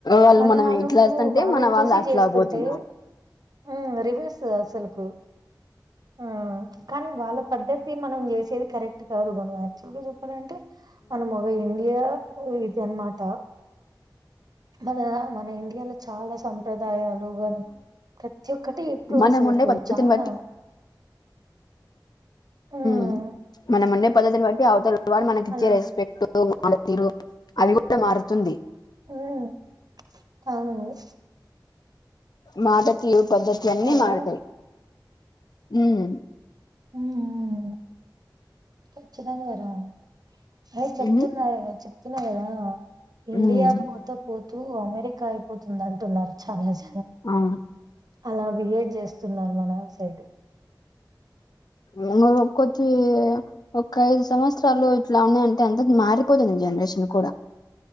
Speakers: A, on the left; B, on the right.
A: వాళ్ళు
B: మన
A: మనం
B: వాళ్లకు
A: ఇట్లా వస్తుంటే
B: వాళ్ళని
A: మన వాళ్ళు
B: చూసి
A: అట్లా
B: చేస్తుంటే
A: పోతున్నారు
B: మ్ రివర్స్ అస్సలకు మ్ కానీ వాళ్ళ పద్ధతి మనం చేసేది కరెక్ట్ కాదు మనం యాక్చువల్ గా అదేంటి మనం ఒక ఇండియా ఇది అనమాట మన మనిం ఇయాల చాలా సంప్రదాయాలు కానీ ప్రతి ఒక్కటి ఎక్కువ
A: మనం
B: అసలుకు
A: ఉండే పద్ధతిని
B: చానా హ్మ్.
A: మ్ మనముండే పద్ధతిని బ అవతల వాళ్ళు మనకిచ్చే
B: అలా
A: రెస్పెక్ట్ ఆమె తీరు అది కూడా మారుతుంది
B: మ్ అయింది
A: మాటతీ పద్ధతి అన్ని
B: హలో
A: మారుతాయి ఉమ్
B: మ్మ్ కచ్చితంగా వరా అదే చెప్తున్నారు
A: ఉహు
B: చెప్తున్నారు కదా ఆ ఇండియా
A: ఉమ్
B: పోతే పో తూ అమెరికా అయిపోతుందంటున్నారు చానా జ
A: అవును
B: అలా బిహేవ్ చేస్తున్నారు మన సైడ్
A: ఇంకో కొద్ది ఒక్క ఐదు సంవత్సరాలు ఇట్లా ఉన్నాయంటే అందరు మారిపోతుంది జనరేషన్ కూడా